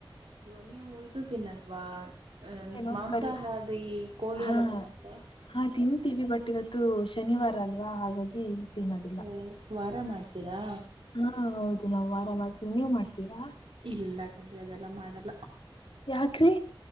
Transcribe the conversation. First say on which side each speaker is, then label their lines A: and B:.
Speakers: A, on the right (about 80°); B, on the left (about 70°).
A: ವ ಇದು ಒಯ್ದ ತಿನ್ಲ್ವಾ ಅ
B: ಏನೋ
A: ಮಾಂಸಾಹಾರಿ
B: ಕರಿ
A: ಕೋಳಿ
B: ಹಾ
A: ಎಲ್ಲ ತಿನ್ನಲ್ವಾ
B: ಹಾ ತಿಂತೀವಿ ಬಟ್ ಇವತ್ತು ಶನಿವಾರ ಅಲ್ವಾ ಹಾಗಾಗಿ ತಿನ್ನದೆೇ
A: ಓ ವಾರ ಮಾಡ್ತೀರಾ
B: ಹಾ ಹೌದು ನಾವು ವಾರಾಮ ಮಾಡ್ತೀವಿ ನೀವ್ ಮಾಡ್ತೀರಾ
A: ಇಲ್ಲ ಕಂಡೆ ಅದೆಲ್ಲ ಮಾಡಲ್ಲ
B: ಯಾಕ್ರಿ